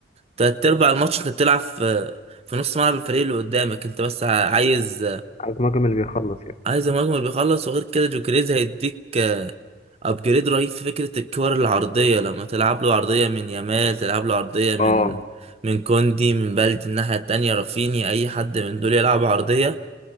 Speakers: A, on the right; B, on the left.
A: تلات أرباع الماتش أنت بتلعب في في نص ملعب الفريق اللي قدامك أنت بس ع- عايز
B: عايز مهاجم اللي بيخلص يعني
A: عايز المهاجم اللي بيخلص وغير كده جوكريز هيديك أبجريد رهيب في فكرة الكور العرضية لما تلعب له عرضية من يامال تلعب له عرضية من
B: اه
A: من كوندي من بلدي الناحية التانية رافيني أي حد من دول يلعب عرضية